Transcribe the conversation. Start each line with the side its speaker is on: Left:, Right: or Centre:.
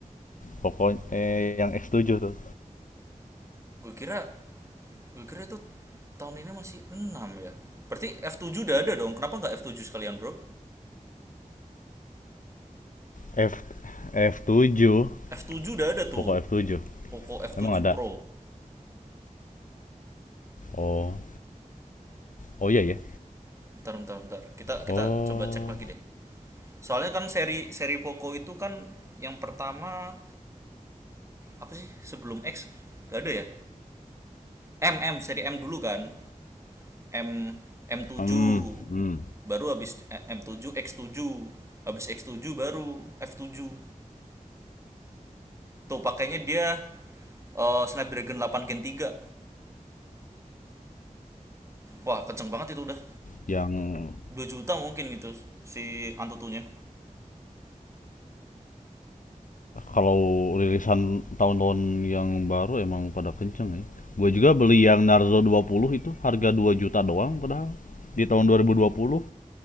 Left: Poco eh, yang x tujuh tuh.
Right: Gue kira gue kira itu tahun ini masih 6 ya. Berarti f tujuh udah ada dong. Kenapa nggak f tujuh sekalian, Bro?
Left: F f tujuh,
Right: f tujuh udah ada
Left: Poco
Right: tuh.
Left: f tujuh.
Right: Poco f
Left: Emang
Right: tujuh
Left: ada.
Right: Pro.
Left: Oh. Oh iya ya.
Right: Bentar, bentar, bentar. Kita kita
Left: Oh.
Right: coba cek lagi deh. Soalnya kan seri seri Poco itu kan yang pertama apa sih sebelum X gak ada ya? M M seri M dulu kan. M M7
Left: Mmm, mhm,
Right: baru habis eh, M7 X7 habis X7 baru F7 tuh pakainya dia eh, Snapdragon 8 Gen 3 wah kenceng banget itu udah
Left: yang
Right: 2 juta mungkin itu si Antutunya
Left: kalau rilisan tahun-tahun yang baru emang pada kenceng ya. Gua juga beli yang Narzo 20 itu harga dua juta doang padahal, di tahun dua dua ribu dua puluh